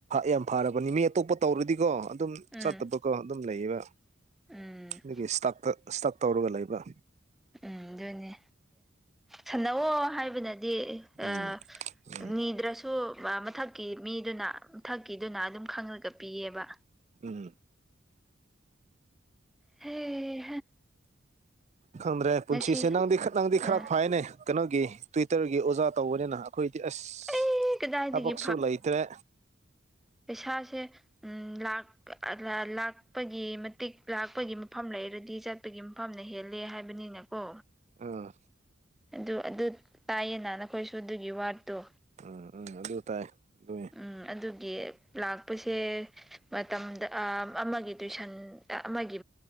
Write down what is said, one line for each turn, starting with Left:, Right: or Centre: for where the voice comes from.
Right: ꯌꯥꯝ ꯐꯔꯕꯅꯤ ꯃꯤ ꯑꯇꯣꯞꯄ ꯇꯧꯔꯗꯤꯀꯣ ꯑꯗꯨꯝ
Centre: ꯎꯝ
Right: ꯆꯠꯇꯕꯀꯣ ꯑꯗꯨꯝ ꯂꯩꯌꯦꯕ
Centre: ꯎꯝ
Right: ꯑꯗꯨꯒꯤ ꯁ꯭ꯇꯥꯥꯛꯇ ꯏꯁꯇꯛ ꯇꯧꯔꯒ ꯂꯩꯕ
Centre: ꯎꯝ ꯑꯗꯨꯅꯦ ꯁꯥꯟꯅꯧꯑꯣ ꯍꯥꯏꯕꯅꯗꯤ ꯑ
Right: ꯎꯝ ꯎꯝ
Centre: ꯃꯤꯅꯤꯗ꯭ꯔꯥ ꯁꯨ ꯃꯊꯛꯀꯤ ꯃꯤꯗꯨꯅ ꯃꯊꯛꯀꯤꯗꯨꯅ ꯑꯗꯨꯝ ꯈꯪꯉꯒ ꯄꯤꯌꯦꯕ
Right: ꯎꯝ
Centre: ꯍꯦ
Right: ꯈꯪꯗ꯭ꯔꯦ ꯄꯨꯟꯁꯤꯁꯦ
Centre: ꯉꯁꯤ
Right: ꯅꯪꯗꯤ ꯅꯪꯗꯤ ꯈꯔ
Centre: ꯑꯥ
Right: ꯐꯥꯏꯅꯦ ꯀꯩꯅꯣꯒꯤ ꯇ꯭ꯋꯤꯇꯔꯒꯤ ꯑꯣꯖꯥ ꯇꯧꯕꯅꯤꯅ ꯑꯩꯈꯣꯏꯗꯤ ꯑꯁ
Centre: ꯑꯩ ꯀꯗꯥꯏꯗꯒꯤ
Right: ꯍꯥ ꯄꯛꯁꯨꯂ ꯏꯇꯔꯦ
Centre: ꯏꯁꯁꯦ ꯎꯝ ꯂꯥꯛ ꯂꯥꯛꯄꯒꯤ ꯃꯇꯤꯛ ꯂꯥꯛꯄꯒꯤ ꯃꯐꯝ ꯂꯩꯔꯗꯤ ꯆꯠꯄꯒꯤ ꯃꯐꯝꯅ ꯍꯦꯜꯂꯦ ꯍꯥꯏꯕꯅꯤꯅꯀꯣ
Right: ꯑꯥ
Centre: ꯑꯗꯨ ꯑꯗꯨ ꯇꯥꯏꯌꯦ ꯅ ꯑꯩꯈꯣꯏꯁꯨ ꯑꯗꯨꯒꯤ ꯋꯥꯠꯇꯣ
Right: ꯎꯝ ꯎꯝ ꯑꯗꯨ ꯇꯥꯏ ꯑꯗꯨꯏ
Centre: ꯎꯝ ꯑꯗꯨꯒꯤ ꯂꯥꯛꯄꯁꯦ ꯃꯇꯝꯗ ꯑꯃꯒꯤ ꯇꯨꯏꯁꯟ ꯑꯃꯒꯤ